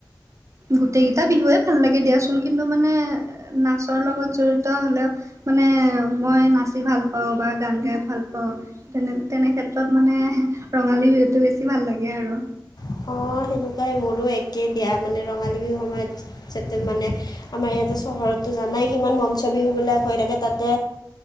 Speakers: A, on the right (about 40°); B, on the left (about 65°).
A: গোটেই কেইটা বিহুৱে ভাল লাগে দিয়াচোন, কিন্তু মানে নাচৰ লগত জড়িত হলে মানে মই নাচি ভাল পাওঁ বা গান গাই ভাল পাওঁ। তেনে, তেনে ক্ষেত্ৰত মানে ৰঙালী বিহুটো বেছি ভাল লাগে আৰু।
B: অ', সেনেকুৱাই মোৰো একেই দিয়া মানে ৰঙালী বিহু সময়ত যাতে মানে আমাৰ ইয়াতে চহৰততো জানাই কিমান মঞ্চ বিহু বিলাক হৈ থাকে, তাতে